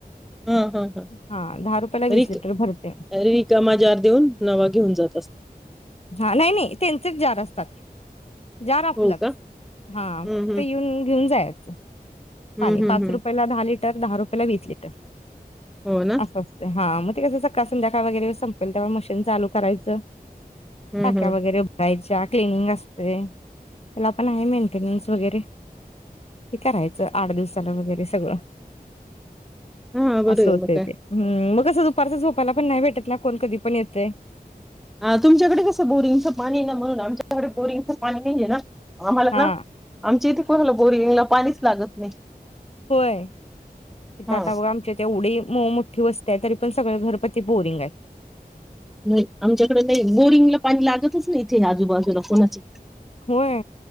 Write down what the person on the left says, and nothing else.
हा दहा रुपयाला वीस
लिटर भरते.
हा नाई -नाई त्यांचेच जार असतात. जाार आपलंच
हां
फक्त
येऊन घेऊन जायाचं.
पाणी
पाच
रुपयाला दहा ली तर दहा रुपयाला वीस लिटर.
अस असते हा मग. ते कसं सकाळ संध्याकाळ वगैरे संपेल तवा मशीन चालू करायचं.
टाक्या
वगैरे भ-रायची त्याला क्लिनिंग असतय, त्याला पण आहे मेंटेनन्स वगैरे ते कराय च आठ दिवसाला वगैरे सगळं
आस होतय
ते हम्म मगच तस दुपारच झोपायला पण नाही भेटत ना कोण कधी पण येतेय.
हा
होय हित
आता व आमच्या इथ ऐवढी मो -मोठ्ठी वस्ती हाय तरी पण सगळ घरपती बोरिंग हाय
होय